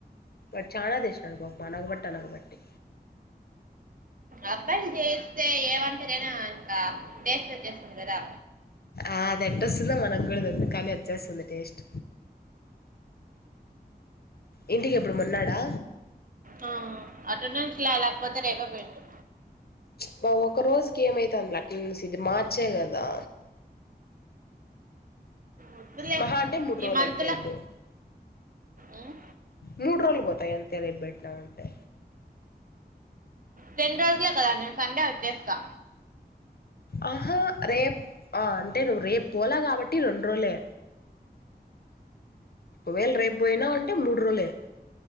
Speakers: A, on the left; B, on the right.
A: బట్ చాలా తెచ్చినాడు పాప అనగ బట్టి అనగ బట్టి
B: అబ్బాయిలు చేస్తే ఏ వంటకైనా ఇంకా టేస్ట్ వచ్చేస్తుంది కదా
A: ఆ అది ఎట్టొస్తుందొ మనకు కూడ తెలీదు కానీ వచ్చేస్తుంది టేస్ట్ ఇంటికి ఎప్పుడు మొన్నాడా
B: ఆ అటెండెన్స్ లా లేకపోతే రేపేపోయిందు
A: బ ఒక రోజుకి ఏమైతంది అటెనెన్స్ ఇది మార్చ్ ఎ కదా
B: వద్దులే
A: మహా అంటె మూడు
B: ఈ
A: రోజులు
B: మంత్
A: అంతె
B: లో
A: అయిపోవ్
B: ఉమ్,
A: మూడు రోజులు పోతాయి అంతె రేపు బెట్టినావంటే
B: టెన్ రోజులే కదా నేను సండే వచ్చేస్తా.
A: ఆహా రేప్ ఆ అంటే నువ్వు రేపు పోలా కాబట్టి రొండు రోజులే ఒకవేళ రేపు పోయినావంటే మూడు రోజులె.